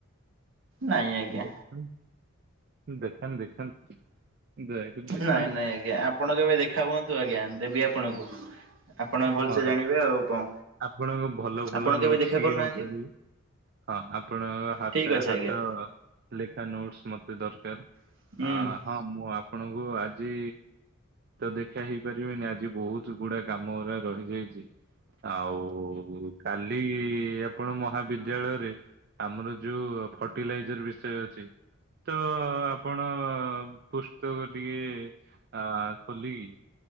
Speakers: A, on the right (about 65°); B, on the right (about 45°).
A: ନାଇଁ ଆଜ୍ଞା।
B: ଦେଖ ଦେଖାନ୍ତୁ ଦେଖାନ୍ତୁ। ଦୟାକରି ଦେଖାନ୍ତୁ
A: ନାଇଁ ନାଇଁ ଆଜ୍ଞା ଆପଣ କେବେ ଦେଖା ହୁଅନ୍ତୁ ଆଜ୍ଞା ଦେବି ଆପଣଙ୍କୁ ଆପଣ ଭଲସେ
B: ହଁ
A: ଜାଣିବେ ଆଉ କଣ
B: ଆପଣଙ୍କ ଭଲ ଭଲ
A: ଆପଣ କେବେ
B: ନୋଟ୍ସ
A: ଦେଖା
B: ଟିକେ
A: କରୁନାହାନ୍ତି
B: ମତେ ଦେବେ ହଁ ଆପଣଙ୍କ ହାତ୍
A: ଠିକ
B: ଟା
A: ଅଛି
B: ହାତ
A: ଆଜ୍ଞା।
B: ଲେଖା ନୋଟସ୍ ମତେ ଦରକାର।
A: ହୁଁ।
B: ଆ ହଁ ମୁଁ ଆପଣଙ୍କୁ ଆଜି ତ ଦେଖା ହେଇପାରିବିନି ଆଜି ବହୁତ ଗୁଡ଼ାକ କାମ ଗୁରା ରହିଯାଇଛି ଆଉ କାଲି ଆପଣ ମହାବିଦ୍ୟାଳୟରେ ଆମର ଯୋଉ ଫର୍ଟିଲାଇଜର ବିଷୟ ଅଛି ତ ଆପଣ ପୁସ୍ତକ ଟିକେ ଆ ଖୋଲିକି